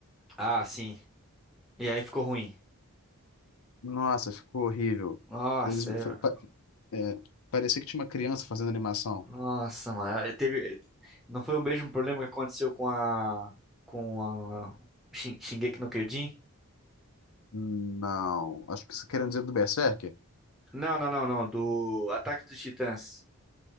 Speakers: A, in the centre; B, on the left.
A: Ah, sim. E aí ficou ruim.
B: Nossa, ficou horrível.
A: Nossa,
B: Eles.
A: é-
B: fe- pa- é, Parecia que tinha uma criança fazendo animação.
A: nossa, mano. Aí Teve... Não foi o mesmo problema que aconteceu com a. Com a. Shin- Shingeki no Kyojin?
B: Não, acho que você querendo dizer do Berserker.
A: Não, não, não, não. Do Ataque dos Titãs.